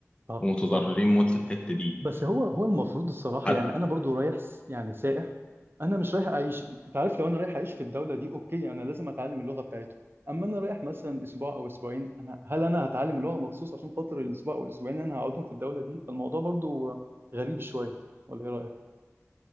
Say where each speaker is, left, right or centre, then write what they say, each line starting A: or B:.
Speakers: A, on the right; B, on the left.
A: صح
B: متضررين
A: صح
B: موت في الحته دي
A: بس هو هو المفروض الصراحة
B: حتى
A: يعني أنا برضو رايح س- يعني سائح أنا مش رايح أعيش أنت عارف لو أنا رايح أعيش في الدولة دي أوكي أنا لازم أتعلم اللغة بتاعته أما أنا رايح مثلا أسبوع أو أسبوعين أنا هل أنا هتعلم اللغة مخصوص عشان خاطر الأسبوع أو الأسبوعين اللي أنا هقعدهم في الدولة دي فالموضوع برضو غريب شوية ولا إيه رأيك؟